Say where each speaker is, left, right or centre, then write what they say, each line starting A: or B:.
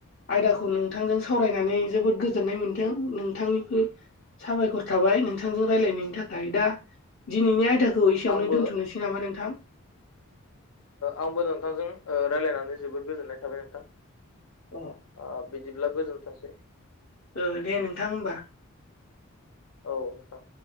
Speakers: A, on the left (about 50°); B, on the left (about 80°).
A: आयदाखौ खौ नोंथांजों सावरायनानै जोबोद गोजोननाय मोन्दों नोंथांनिसिम साबायखर थाबाय नोंथांजों रायलायनायनि थाखाय दा दिनैनि आयदाखौ एसेयावनो
B: आंबो
A: दोनथ'नोसै नामा नोंथां?
B: आंबो नोंथांजों रायज्लायनानै जोबोद गोजोननाय थाबाय नोंथां
A: अ
B: ओ बि बिदिब्ला गोजोनथोंसै
A: ओ दे नोंथां होमबा।
B: औ नोंथां।